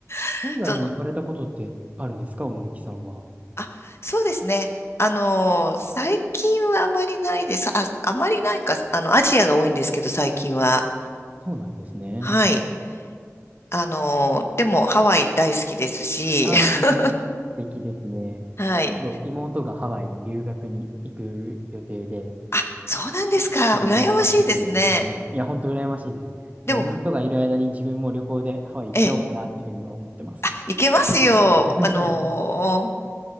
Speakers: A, on the left (about 55°); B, on the right (about 30°).
A: <laughs>
B: 海外に行かれたことってあるんですか、
A: その、
B: 大貫さんは。
A: あ、そうですね。あの、最近はあまりないです。あ、あまりないか、あの、アジアが多いんですけど、最近は。
B: そうなんですね。
A: はい。あの、でも、ハワイ大好きですし、
B: ああー、
A: <laughs>
B: 素敵ですね。
A: はい。
B: 今度、妹がハワイに留学に行く予定で、
A: あ、そうなんですか。
B: 8、月から行くっていうふうに言ってました。
A: 羨ましいですね。
B: いや、本当羨ましいです。
A: でも、
B: でも妹がいる間に自分も旅行でハワイ行っちゃおうかなっていうふうに今思ってます。
A: ええ。あ、行けますよ。
B: <laughs>
A: あのー